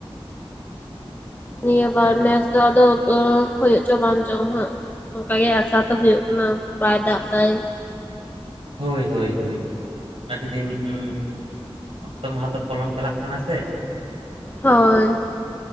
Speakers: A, on the right; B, on the left.
A: <unintelligible>
B: ᱱᱤᱭᱟᱹ ᱵᱟᱨ
A: ᱟᱪᱪᱷᱟ
B: ᱱᱮᱥ ᱫᱚ ᱟᱫᱚ ᱚᱸ ᱦᱩᱭᱩᱜ ᱪᱚ ᱵᱟᱝ ᱪᱚᱝ ᱦᱟᱸᱜ ᱚᱱᱠᱟ ᱜᱮ ᱟᱥᱟ ᱛᱚ ᱦᱩᱭᱩᱜ ᱠᱟᱱᱟ ᱵᱟᱭ ᱫᱟᱜ ᱫᱟᱭ ᱾
A: ᱦᱳᱭ ᱦᱳᱭ ᱦᱳᱭ ᱟᱹᱰᱤ ᱫᱤᱱ ᱩᱸᱜ ᱚᱠᱛᱚ ᱢᱟᱦᱟ ᱛᱚ ᱯᱚᱞᱚᱢ ᱪᱟᱞᱟᱜ ᱠᱟᱱᱟ ᱥᱮ
B: ᱦᱳᱭ ᱾